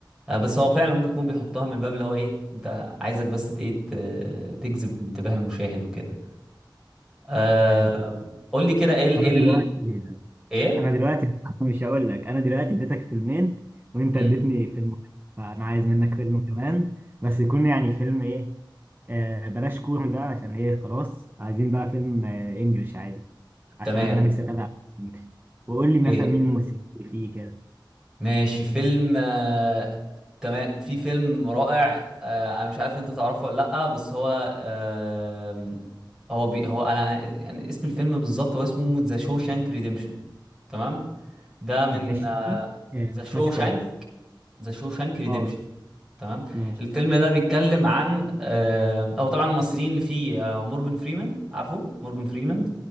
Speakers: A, in the centre; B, on the right (about 25°).
A: آه، بس هو فعلا ممكن يكون بيحطها من باب اللي هو ايه انت عايزك بس ت- ايه ت- تجذب انتباه المشاهد وكده آه
B: فهمت
A: قول لي كده ايه ال
B: انا
A: ايه ال-
B: دلوقتي
A: ايه
B: انا دلوقتي <laughs> مش هقول لك انا دلوقتي اديتك فيلمين وانت
A: امم
B: اديتني فيلم واحد. فانا عايز منك فيلم كمان بس يكون يعني فيلم ايه آه بلاش كوري بقى عشان ايه خلاص عايزين بقى فيلم آه انجلش عادي
A: تمام
B: عشان انا نفسي اتابع إنجلش. وقول لي مثلا
A: ايه
B: مين الممثلين اللي فيه كده
A: ماشي فيلم آه تمام في فيلم رائع آه انا مش عارف انت تعرفه ولا لا بس هو آه هو بي هو انا يعني اسم الفيلم بالظبط هو اسمه ذا شوشانك ريديمشن تمام ده من
B: معلش تاني آه
A: ذا
B: ما
A: شوشانك
B: سمعتش كويس
A: ذا شوشانك
B: اه
A: تمام
B: ماشي
A: الفيلم ده بيتكلم عن آه، هو طبعا الممثلين اللي فيه آه، مورجان فريمان عارفه مورجان فريمان